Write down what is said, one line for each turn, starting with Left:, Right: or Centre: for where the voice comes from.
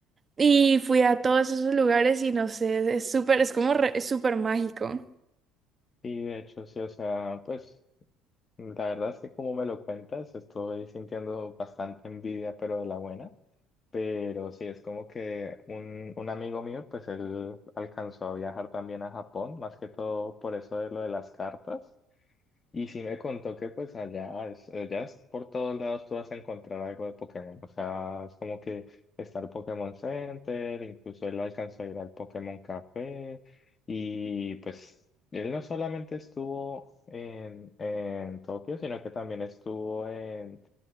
Right: Y fui a todos esos lugares y no sé, es súper, es como re- es súper mágico.
Left: Sí, de hecho, sí, o sea, pues la verdad es que como me lo cuentas, estoy sintiendo bastante envidia, pero de la buena. Pero sí, es como que un, un amigo mío, pues él alcanzó a viajar también a Japón, más que todo por eso de lo de las cartas. Y sí me contó que pues allá es, allá es por todos lados tú vas a encontrar algo de Pokémon. O sea, es como que está el Pokémon Center, incluso él alcanzó a ir al Pokémon Café. Y pues él no solamente estuvo en, en Tokio, sino que también estuvo en,